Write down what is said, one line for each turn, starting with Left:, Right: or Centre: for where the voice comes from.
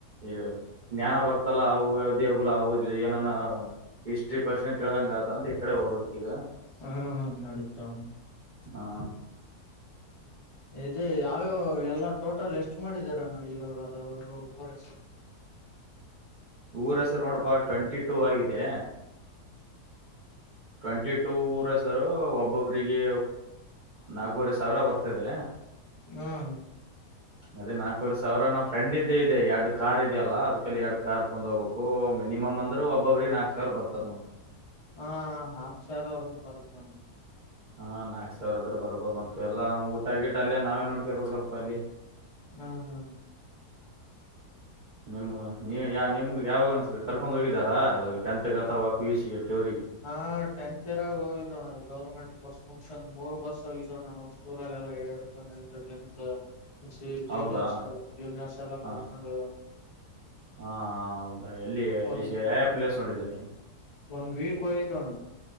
Right: ಈ. ಜ್ಞಾನ ಬರ್ತಲ್ಲ ಅವು ದೇವ್ಗಳು ಅವು ಏನಾನ ಹಿಸ್ಟ್ರಿ ಪಶ್ನೆ ತಿಳಿದಂಗ ಆ್ ಅಂತ ಈ ಕಡೆ ಹೋಗ್ಬೇಕಕ್ ಈಗ
Left: ಹ್ಮ್ ನಡತಾ
Right: ಹಾ
Left: ಇದೆ ಯಾವ್ಯಾವ ಎಲ್ಲ ಟೋಟಲ್ ಎಷ್ಟು ಮಾಡಿದರ ಇವಾಗ ಅ ಊ <inaudible>
Right: ಊರ ಹೆಸರೊಣಪ ಟ್ವೆಂಟಿ ಟೂ ಆಗಿದೆ ಟ್ವೆಂಟಿ ಟೂ ಊರ ಸರು ಒಬ್ಬೊಬ್ರಿಗೆ ನಾಲ್ಕೂವರೆ ಸಾವಿರ ಬರ್ತ ತದ
Left: ಹಾ <inaudible>
Right: ಅದೇ ನಾಲ್ಕವರೆ ಸಾವಿರ ನ್ ಫ್ರೆಂಡ್ ಇ್ದ ಇದೆ ಎರಡ್ ಕಾರ್ ಇ ಇದೆಯಲ್ಲ ಅದ್ಲ ಎರಡ್ ಕಾರ್ ತೊಹೋಗ್ಬೇಕು ಮಿನಮ್ ಅಂದ್ ಒಬ್ಬ್ರ ನಾಕಕ್ ಸಾವಿರ ಬರ್ತದ ನೋವು
Left: ಹಾ ನಾಕು ಸಾವರವರೆಗ ಬರುತ್ತ
Right: ಹಾ ನಾಕಕ್ ಸಾವಿರ ಹದರ ಬರ್ಬಹದು ಮತ್ತ ಎಲ್ಲ ನ್ ಊಟಗಿಟ್ಟ ಅಲ್ಲಿಯ ನಾವೇ ನೋಡ್ಕೇಬೇಕಲ್ಪ ಅಲ್ಲಿ
Left: ಹ್ಮ್ ಹ್ಮ್ <inaudible>
Right: ನಿಮ್ಗೆ ನೀ ನಿಮ್ಗೆ ಯಾವಾಗನ ಕರ್ಕೊಂಡು ಹೋಗಿದ್ದಾರಾಾಗ ಟೆಂತ್ಗೆ ಅಥವಾ ಪಿ ಯು ಸಿಗೆ ಟವಗ
Left: ಹಾಟ ರ ಹೋಗಿದ್ದವ ಅ ಗೌರ್ಮೆಂಟ್ ಬಸ್ ಮುಕ್ಷನ್ಂದ ಮೂರು ಬಸ್ ಹೋಗಿದ್ದಣ ನವು ಸ್ಕೂಲಲ್ಲ ಹೇಳೆ <unintelligible> ಜೂನಿಯರ್ಸ್
Right: ಹೌದಾ
Left: ಎ ಜೂನಿಯರ್ಸ್ ಎಲ್ಲ
Right: ಹಾ
Left: ಕರ್ಕೊಂಡು
Right: ಹಾ ಹಾ ಹೌದು ಎಲ್ಲಿ
Left: ಒನ್
Right: ಯಾವಾವ ಪ್ಲೇಸ್ ನೋಡಿದೀರ
Left: ಒಂದ್ ವೀಕ್ ಹೋಗಿದ್ದೋಣ